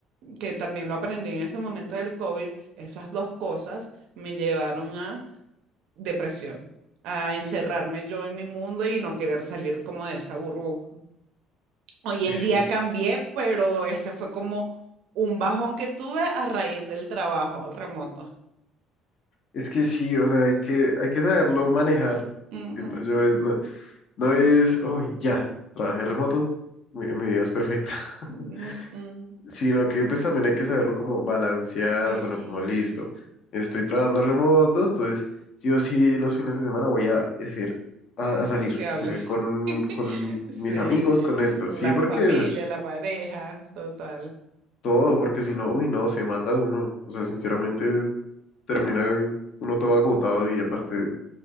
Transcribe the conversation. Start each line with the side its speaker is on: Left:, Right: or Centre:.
Right: que también lo aprendí en ese momento del COVID, esas dos cosas me llevaron a depresión, a encerrarme yo en mi mundo y no querer salir como de esa burbuja. Hoy
Left: es
Right: en día
Left: que
Right: cambié, pero ese fue como un bajón que tuve a raíz del trabajo remoto.
Left: Es que sí, o sea, hay que, hay que saberlo manejar.
Right: Mm,
Left: Siento yo, es- no, no es, uy, ya, trabajé remoto, mi, mi vida es perfecta. <laughs>
Right: mm, mm, mm.
Left: Sino que pues también hay que saberlo como balancear,
Right: Eh,
Left: bueno, como listo. Estoy trabajando remoto, entonces sí o sí los fines de semana voy a hacer, a, a salir,
Right: sociable.
Left: a salir con,
Right: <laughs>
Left: con mis
Right: Sí,
Left: amigos, con esto.
Right: la
Left: Sí, porque
Right: familia, la pareja, total.
Left: todo, porque si no, uy, no, se mata uno. O sea, sinceramente termina uno todo agotado y aparte